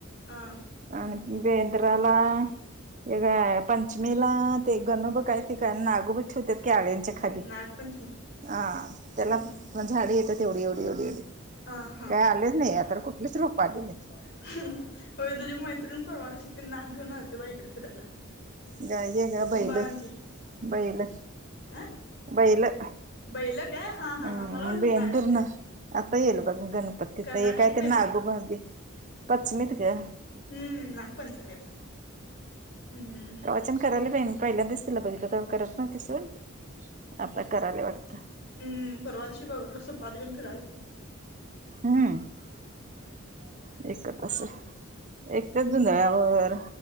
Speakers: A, on the left; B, on the right.
A: अ
B: आणि बेंद्राला एगा पंचमीला ते गणू बि कायती करना नागू बि त्या क्याळेंच्या खाली
A: नागपंचमी
B: आ त्याला
A: हम्म
B: झाड येतात एवढी एवढी एवढी एवढी
A: अ हा
B: काय आलेच नाही आता कुठलीच रोप आली नाहीत
A: होय तुझी मैत्रिणी परवा दिवशी नाग घेउण आलती बाई ईकडे फिरायला.
B: घ्यायचेय का
A: कुंभारांची
B: बैल बैल
A: अ
B: बैल
A: बैल काय हा हा
B: हम्
A: हा मला वाटलं
B: बेंदीर
A: नाग
B: ना आता येईल बघ गणपती
A: कर्नाटकी
B: तर ये काय ते
A: बेंदूरतळ
B: नागोबा पश्चिमीत ग
A: हम्म नागपंचमीत हम्म
B: पचन करायला काही नाही पहिल्यांदीच तिला बघितल का करत नाह्वती सून आता करायलीये वाटत
A: हम् परवा दिशी बाटला सोपाद घेऊन फिरायला आलती
B: हम्म एकतस एकत्याच
A: हम्म
B: जुंधळ्यावर